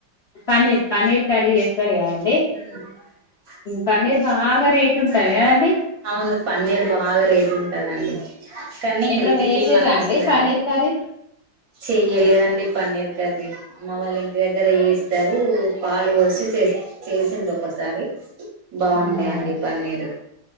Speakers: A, on the left; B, on the right.
A: పనీర్ పనీర్ కర్రీ చేస్తారేమో
B: హా
A: పన్నీర్ బాగా రేట్ ఉంటది కదా అండి
B: అవును పన్నీర్ బాగా రేటు ఉంటదండి కానీ
A: ఎప్పుడన్నా
B: హెల్త్
A: చేసిర్రా
B: కి మంచిదండి
A: అండి పన్నీర్ కర్రీ
B: చెయ్యలేదండి పన్నీర్ కర్రీ అమ్మ వాళ్ళ ఇంటి దగ్గర చెస్ టరూ పాలు పోసి చేస్ చేసింది ఒకసారి
A: ఆహా
B: బాగుండే అండి పన్నీరు